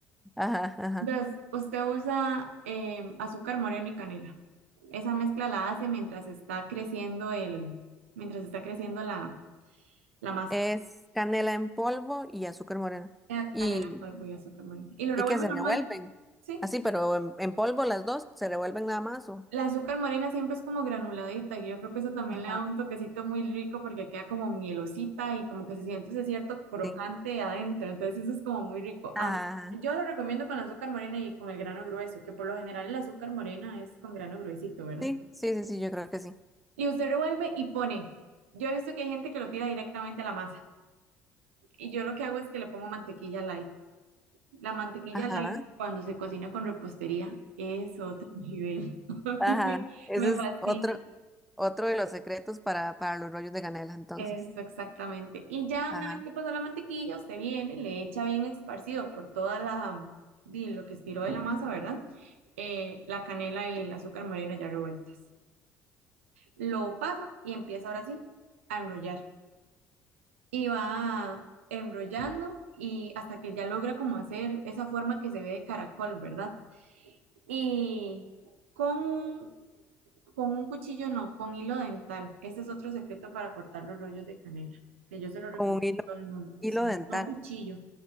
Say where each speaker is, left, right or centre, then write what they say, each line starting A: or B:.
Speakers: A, in the centre; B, on the right.
A: ajá, ajá.
B: Entonces usted usa eh, azúcar moreno y canela. Esa mezcla la hace mientras está creciendo el, mientras está creciendo la, la masa.
A: Es canela en polvo y azúcar morena.
B: Eh,
A: Y,
B: Canela en polvo y azúcar morena. Y lo revuelve
A: y que se
B: normal,
A: revuelven.
B: ¿sí?
A: Así, pero en, en polvo las dos se revuelven nada más. O...
B: La azúcar morena siempre es como granuladita y yo creo que eso también
A: Ajá,
B: le da un toquecito muy rico porque queda como mielosita y como que se siente ese cierto crocante
A: sí.
B: adentro. Entonces eso es como muy rico.
A: Ah,
B: A mí- yo lo recomiendo con la azúcar morena y con el grano grueso, que por lo general el azúcar morena es con grano gruesito, ¿verdad?
A: sí, sí, sí, sí, yo creo que sí.
B: Y usted revuelve y pone. Yo he visto que hay gente que lo tira directamente a la masa. Y yo lo que hago es que le pongo mantequilla light. La mantequilla
A: Ajá,
B: light cuando se cocina con repostería es otro nivel. <laughs> A
A: ajá.
B: mí
A: Ese
B: Me fascina.
A: es otro, otro de los secretos para, para los rollos de canela, entonces.
B: Eso exactamente. Y ya
A: Ajá.
B: una vez que pasó la mantequilla, usted viene, le echa bien esparcido por toda la, di, lo que estiró de la masa, ¿verdad? Eh, la canela y el azúcar moreno ya revueltas. Lo pasa y empieza ahora sí a enrollar. Y va enrollando y hasta que ya logra como hacer esa forma que se ve de caracol, ¿verdad? Y con un, con un cuchillo no, con hilo dental. Ese es otro secreto para cortar los rollos de canela, que yo se lo recomiendo
A: Con un hilo,
B: a todo el mundo.
A: hilo
B: Sí,
A: dental.
B: no cuchillo,